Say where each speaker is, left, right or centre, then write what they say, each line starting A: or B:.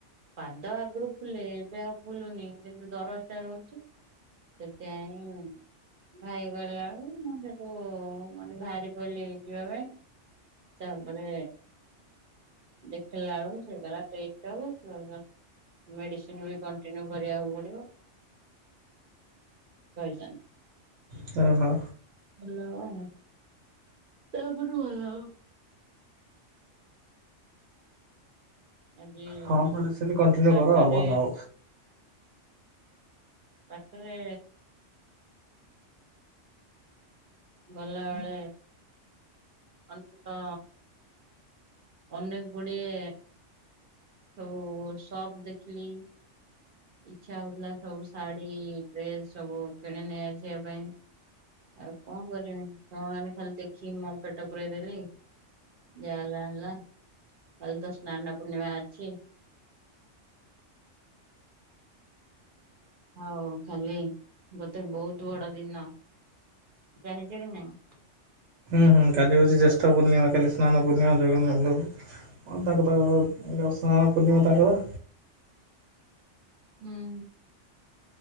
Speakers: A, on the right; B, on the right.
A: ପାଦ ଆଗରୁ ଫୁଲେ ଏବେ ଆଉ ଫୁଲୁନି କିନ୍ତୁ ଦରଜଟା ରହୁଛି। ସେଥିପାଇଁ ଭାଇ ଗଲା, ମୁଁ ସେଠୁ ମାନେ ବାହାରି ପଡିଲି ଯିବା ପାଇଁ। ତାପରେ ଦେଖିଲା ବେଳକୁ ସିଏ କହିଲା ଟେଷ୍ଟ ହବ <inaudible> ମେଡିସିନ ବି କଣ୍ଟିନ୍ୟୁ କରିବାକୁ ପଡିବ କହିଛନ୍ତି।
B: ତ ହଁ।
A: ଭଲ ଆଉ <inaudible> ଆଜି
B: ହଁ ମେଡିସିନ କଣ୍ଟିନ୍ୟୁ
A: ବାଟରେ
B: କର ଆଉ ଭଲ ହବ।
A: ବାଟରେ ଗଲା ବେଳେ ଅନେକ ଅନେକ ଗୁଡିଏ ସବୁ ସପ୍ ଦେଖିଲି। ଇଚ୍ଛା ହଉଥିଲା ସବୁ ଶାଢୀ ଡ୍ରେସ ସବୁ କିଣିନେଇ ଆସିବା ପାଇଁ। ଆଉ କଣ କରିବି, ହଁ ଆମେ ଖାଲି ଦେଖିକି ମୋର ପେଟ ପୂୁରଇଦେଲି। ଯାହା ହେଲା ହେଲା, କାଲି ତ ସ୍ନାନ ପୂର୍ଣ୍ଣିମା ଅଛି। ହଉ କାଲି ଗୋଟେ ବହୁତ ବଡ ଦିନ, ଜାଣିଛ କି ନାଇଁ?
B: ହୁଁ, କାଲି ହଉଛି ଜ୍ୟେଷ୍ଠ ପୂର୍ଣ୍ଣିମା, କାଲି ସ୍ନାନ ପୂର୍ଣିମା ଜଗନ୍ନାଥ ହଁ, ତାଙ୍କର ତ ଯୋଉ ସ୍ନାନ ପୂର୍ଣିମା ତାଙ୍କର।
A: ହୁଁ।